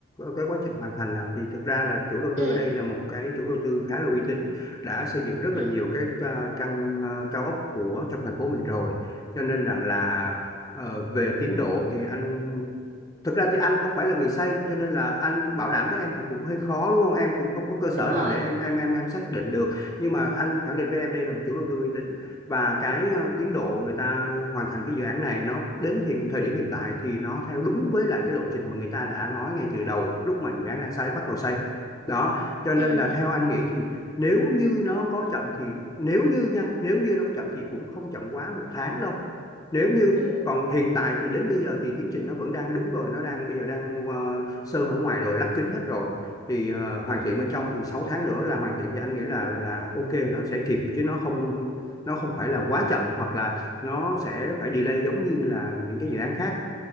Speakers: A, on the left (about 20°); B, on the right (about 40°).
A: cái quá trình hoàn thành là thì thực ra là chủ đầu tư
B: ừ
A: ở đây là một cái chủ đầu tư khá là uy tín đã xây dựng rất
B: ừ
A: là nhiều cái ờ, căn ờ, cao ốc của trong thành phố mình rồi cho nên rằng là ờ, về tiến độ thì anh thực ra thì anh không phải là người xây cho nên là anh bảo đảm với em thì cũng hơi khó đúng không em cũng không có cơ sở
B: đúng rồi
A: nào để em em em em xác định được nhưng mà anh khẳng định với em đây là một chủ đầu tư uy tín và cái ờ, tiến độ người ta hoàn thành cái dự án này nó đến hiện thời điểm hiện tại thì nó theo đúng với lại cái lộ trình mà người ta đã nói ngay từ đầu lúc mà dự án đang xây bắt đầu xây đó cho nên
B: ừ
A: là theo anh nghĩ thì nếu như nó có chậm thì nếu như nha nếu như nó có chậm thì cũng không chậm quá một tháng đâu nếu như
B: ừ
A: còn hiện tại thì đến bây giờ thì tiến trình nó vẫn đang đúng rồi nó đang bây giờ đang ờ, sơn ở ngoài rồi lắp kính hết rồi thì ờ, hoàn
B: ừ
A: thiện bên trong thì 6 tháng nữa là hoàn thiện thì anh nghĩ là là ok nó sẽ kịp chứ nó không nó không phải là quá chậm hoặc là nó sẽ phải delay giống như là những cái dự án khác